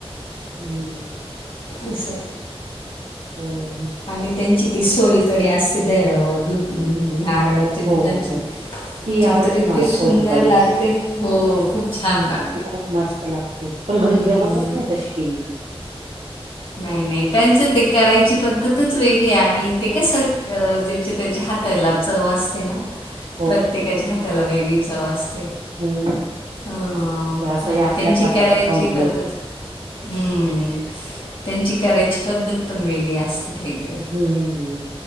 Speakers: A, on the right; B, on the left.
A: हम्म.
B: असा
A: हो!
B: आणि त्यांची ती सोलकडी असते ते दुध हम् नारळाची
A: हो
B: दुधाची
A: हो
B: ती
A: आवडते
B: तर इतकी
A: मला
B: सुंदर
A: सोलकडी
B: लागते. हो खूप छान लाग
A: ती खूप मस्त लागते. पण घरी
B: हम्म.
A: जमतच नाही तशी केली की.
B: नाही नाही त्यांचं ते करायची पद्धतच वेगळी आणि ते कसं ज्याच्या त्याच्या हात ताला चव असते ना!
A: <inaudible>
B: प्रत्येकाच्या हाताला वेगळी चव अस ते,
A: हम्म
B: आणि
A: ते असं आपल्याच
B: त्यांची
A: हाताच
B: कराईची
A: खाऊन बोर
B: पद्धत हम्म! त्यांची करायची पद्धत पण वेगळी असते काहीतरी.
A: हम्म!